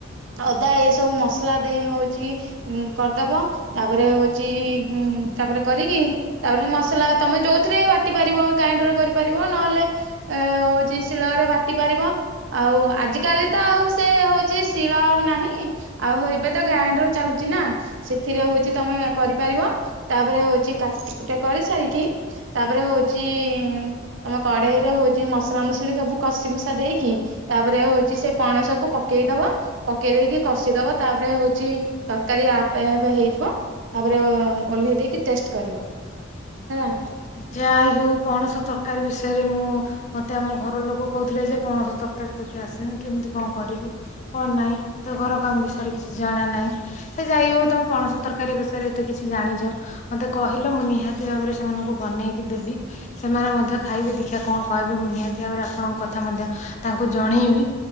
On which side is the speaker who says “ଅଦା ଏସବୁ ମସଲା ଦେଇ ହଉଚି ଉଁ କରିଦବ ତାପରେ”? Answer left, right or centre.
Right